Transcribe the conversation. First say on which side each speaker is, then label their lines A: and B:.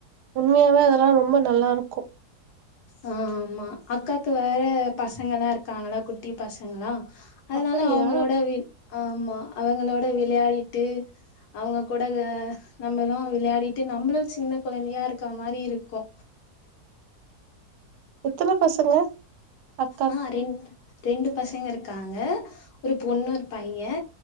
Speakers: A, on the right (about 80°); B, on the left (about 75°).
A: உண்மையாவே அதெல்லா ரொம்ப நல்லா இருக்கு
B: ஆ ஆமா அக்காக்கு வேற பசங்க எல்லா இருக்காங்களா குட்டி பசங்கல்லா அதனால
A: அப்படியா
B: அவங்களோட வி ஆமா அவங்களோட விளையாடிட்டு அவங்க கூட நம்மளு விளையாடிட்டு நம்மளு சின்ன குழந்தையா இருக்க மாரி இருக்கு
A: எத்தன பசங்க அக்
B: ஆ ரெண் ரெண்டு பசங்க இருக்காங்க ஒரு பொண்ணு ஒரு பையே